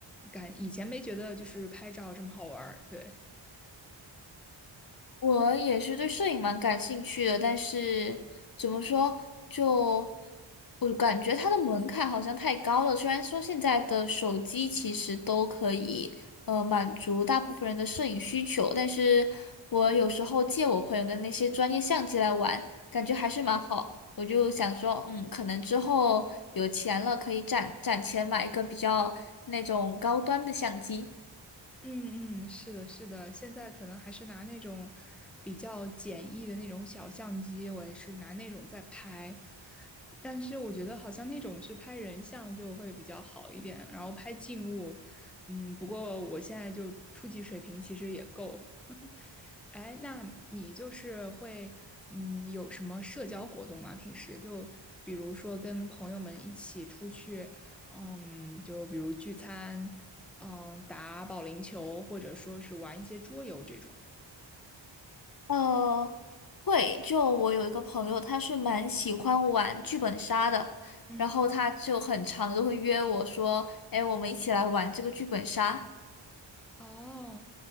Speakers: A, in the centre; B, on the left.
A: 感以前没觉得就是拍照这么好玩儿。对，
B: 我也是对摄影蛮感兴趣的，但是怎么说，就我感觉它的门槛好像太高了。虽然说现在的手机其实都可以，呃，满足大部分人的摄影需求，但是我有时候借我朋友的那些专业相机来玩，感觉还是蛮好。
A: 嗯
B: 我就想说，嗯，可能之后有钱了，可以攒攒钱买一个比较那种高端的相机。
A: 嗯嗯，是的，是的，现在可能还是拿那种比较简易的那种小相机，我也是拿那种在拍。但是我觉得好像那种是拍人像就会比较好一点，然后拍静物，嗯，不过我现在就初级水平其实也够。哎，那你就是会，嗯，有什么社交活动吗？平时就比如说跟朋友们一起出去，嗯，就比如聚餐，嗯，打保龄球，或者说是玩一些桌游这种。
B: 呃，会，就我有一个朋友，他是蛮喜欢玩剧本杀的，
A: 嗯，
B: 然后他就很常都会约我说，哎，我们一起来玩这个剧本杀。
A: 哦，